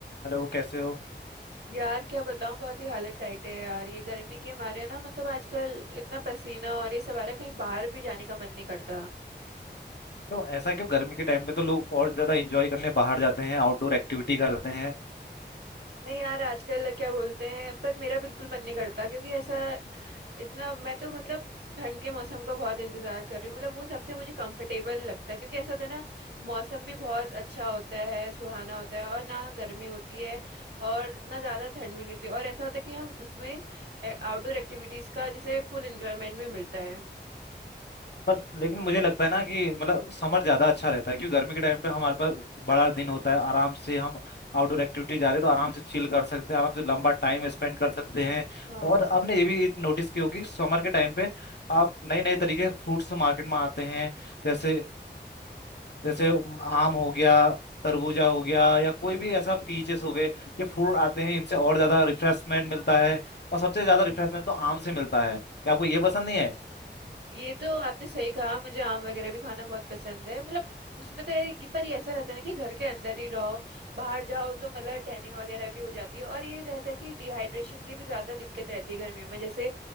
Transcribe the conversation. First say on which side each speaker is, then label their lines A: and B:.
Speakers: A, on the left; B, on the right.
A: Hello कैसे हो
B: यार क्या बताऊं बहुत ही हालत टाइट है यार ये गर्मी के मारे ना मतलब आजकल इतना पसीना और ये सब आ रहा है कहीं बाहर भी जाने का मन नहीं करता
A: तो ऐसा क्यों गर्मी के टाइम पे तो लोग और ज्यादा एंजॉय करने बाहर जाते हैं आउटडोर एक्टिविटी करते हैं
B: नहीं यार आजकल क्या बोलते हैं पर मेरा बिल्कुल मन नहीं करता क्योंकि ऐसा इतना मैं तो मतलब ठंड के मौसम का बहुत इंतजार कर रही हूँ मतलब वो सबसे मुझे कंफर्टेबल लगता है क्योंकि ऐसा होता है ना मौसम भी बहुत अच्छा होता है सुहाना होता है और ना गर्मी होती है और ना ज्यादा ठंड भी नहीं होती और ऐसा होता है कि हम उसमें आउटडोर एक्टिविटीज का जैसे फुल एंजॉयमेंट भी मिलता है
A: बट लेकिन मुझे लगता है ना कि मतलब
B: हम्म
A: समर ज्यादा अच्छा रहता है क्योंकि गर्मी के टाइम पे हमारे पास बड़ा दिन होता है आराम से हम आउटडोर एक्टिविटी जा रहे हैं तो आराम से चिल कर सकते हैं आराम से लंबा टाइम स्पेंड कर सकते हैं
B: हाँ
A: और आपने ये भी नोटिस की होगी समर के टाइम पे आप नए नए तरीके फ्रूट्स मार्केट में आते हैं जैसे जैसे आम हो गया तरबूजा हो गया या कोई भी ऐसा पीचेस हो गए ये फ्रूट आते हैं इनसे और ज्यादा रिफ्रेशमेंट मिलता है और सबसे ज्यादा रिफ्रेशमेंट तो आम से मिलता है क्या आपको ये पसंद नहीं है
B: ये तो आपने सही कहा मुझे आम वगैरह भी खाना बहुत पसंद है मतलब उसमें तो ये पर ये ऐसा रहता है ना कि घर के अंदर ही रहो बाहर जाओ तो मतलब टैनिंग वगैरह भी हो जाती है और ये रहता है कि डिहाइड्रेशन की भी ज्यादा दिक्कत रहती है गर्मियों में जैसे